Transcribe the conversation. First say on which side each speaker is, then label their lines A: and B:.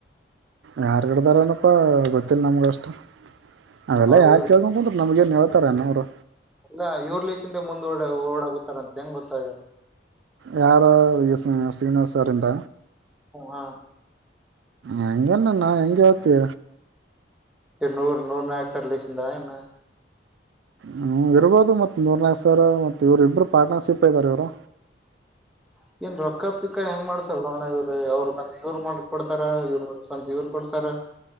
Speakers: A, on the right (about 75°); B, in the centre.
A: ಯಾರ್ ಹಿಡ್ದಾರ ಏನಪ್ಪಾ ಗೊತ್ತಿಲ್ಲ ನಮ್ಗ ಅಷ್ಟ, ಅವೆಲ್ಲಾ
B: ಅವ್ರ
A: ಯಾರ್
B: ಇವ್ರ
A: ಕೇಳ್ಕ ಕುಂದ್ರಲ್ಲಿ ನಮ್ಗಏನ್ ಹೇಳ್ತಾರ ಅವ್ರು.
B: ಎಲ್ಲಾ ಇವ್ರ ಲೇಸಿಂದೆ ಮುಂದ್ ಓಡ ಓಡಾಗೂ ತಾರಂತ ಹೆಂಗ್ ಗೊತ್ತಾಅಗ್ಯಾದ.
A: ಯಾರ ಈ ಶ್ರೀನಿವಾಸರಿಂದ.
B: ಹಾ
A: ಹೆಂಗನ ನಾ ಹೆಂಗ ಹೇಳ್ತೀ.
B: ನೂರು ನೂರು ನಕ್ ಸರ್ ಲಿಸಿಂದ ಏನ್.
A: ಹ್ಮ್ ಇರ್ಬೋದು ಮತ್ತ ನೂರ್ ನಾಲ್ಕು ಸಾವಿರ ಮತ್ತ ಇವರು ಇಬ್ರು ಪಾರ್ಟ್ನರ್ಶಿಪ್ ಅದಾರ ಇವರು.
B: <inaudible> ಏನ್ ರೊಕ್ಕ ಪಿಕ್ಕಾ ಹೆಂಗ್ ಮಾಡ್ತಾರೋಣ ಇವ್ರು ಅವ್ ಬಂದ ಇವ್ರು ಮಾಡ್ಕ ಕೊಡ್ತರ್ ಇವ್ ಮ ಬ್ ಇವ್ರು ಕೊಡ್ತಾರ. ತರ,